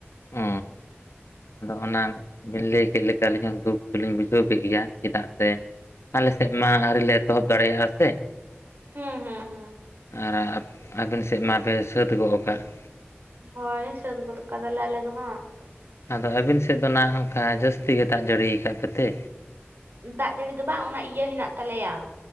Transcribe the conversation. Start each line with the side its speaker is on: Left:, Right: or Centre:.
Left: ᱚ ᱟᱫᱚ ᱚᱱᱟᱼᱼ ᱵᱤᱱ ᱞᱟᱹᱭ ᱠᱮᱫ ᱞᱮᱠᱟ ᱟᱹᱞᱤᱧ ᱦᱚᱸ ᱫᱩᱠ ᱫᱚᱞᱤᱧ ᱵᱩᱡᱷᱟᱹᱣ ᱠᱮᱫ ᱜᱮᱭᱟ ᱪᱮᱫᱟᱜ ᱥᱮᱼᱼ ᱟᱞᱮ ᱥᱮᱫ ᱢᱟ ᱟᱹᱣᱨᱤ ᱞᱮ ᱮᱛᱚᱦᱚᱵ ᱫᱟᱲᱮᱭᱟᱜᱼᱟ ᱥᱮ ᱾
Right: ᱦᱮᱸ ᱦᱮᱸ ᱾
Left: ᱟᱨ ᱟᱵᱤᱱ ᱥᱮᱫ ᱢᱟᱯᱮ ᱥᱟᱹᱛ ᱜᱚᱫ ᱠᱟᱜ ᱾
Right: ᱦᱳᱭ ᱥᱟᱹᱛ ᱜᱚᱫ ᱠᱟᱫᱟᱞᱮ ᱟᱞᱮ ᱫᱚ ᱦᱟᱸᱜ ᱾
Left: ᱟᱫᱚ ᱟᱹᱵᱤᱱ ᱥᱮᱫ ᱫᱚ ᱱᱟᱦᱟᱜ ᱚᱱᱠᱟ ᱡᱟᱹᱥᱛᱤ ᱜᱮ ᱫᱟᱜ ᱡᱟᱹᱲᱤᱭᱟᱠᱟᱫ ᱯᱮᱛᱮ?
Right: ᱫᱟᱜ ᱡᱟᱹᱲᱤ ᱫᱚ ᱵᱟᱝ ᱚᱱᱟ ᱤᱭᱟᱹ ᱦᱮᱱᱟᱜ ᱛᱟᱞᱮᱭᱟᱼᱼ